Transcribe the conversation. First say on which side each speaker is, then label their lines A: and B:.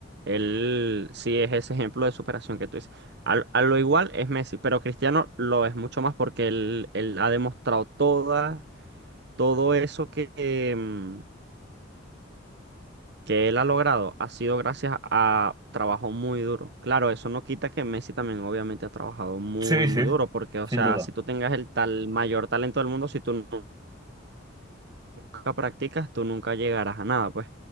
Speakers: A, on the right; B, on the right.
A: Él sí es ese ejemplo de superación que tú dices. Al- A, lo igual es Messi, pero Cristiano lo es mucho más porque él, él ha demostrado toda, todo eso que, em, que él ha logrado ha sido gracias a trabajo muy duro. Claro, eso no quita que Messi también obviamente ha trabajado muy,
B: Sí,
A: muy
B: sí,
A: duro porque, o
B: sin
A: sea,
B: duda.
A: si tú tengas el tal mayor talento del mundo, si tú nunca practicas, tú nunca llegarás a nada, pues.